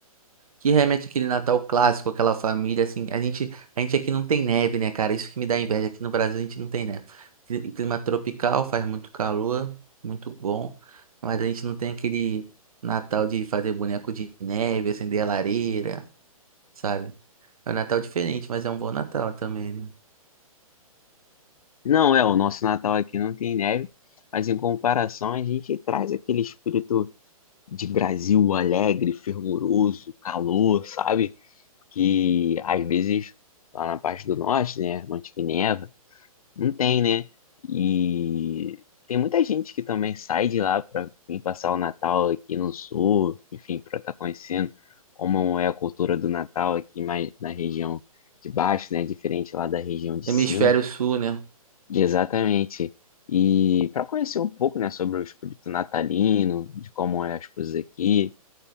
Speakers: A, on the right (about 70°); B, on the left (about 70°).
A: Que remete aquele Natal clássico, aquela família, assim, a gente, a gente aqui não tem neve, né, cara? Isso que me dá inveja, aqui no Brasil a gente não tem neve. Cli- Clima tropical, faz muito calor, muito bom, mas a gente não tem aquele Natal de fazer boneco de neve, acender a lareira, sabe? É um Natal diferente, mas é um bom Natal também, né?
B: Não é, o nosso Natal aqui não tem neve, mas em comparação a gente traz aquele espírito de Brasil alegre, fervoroso, calor, sabe? Que às vezes lá na parte do norte, né, Monte que neva Não tem, né? E tem muita gente que também sai de lá para vir passar o Natal aqui no Sul, enfim, para estar conhecendo como é a cultura do Natal aqui mais na região de baixo, né? Diferente lá da região de
A: Hemisfério
B: cima.
A: Sul, né?
B: Exatamente. E para conhecer um pouco, né, sobre o espírito natalino, de como é as coisas aqui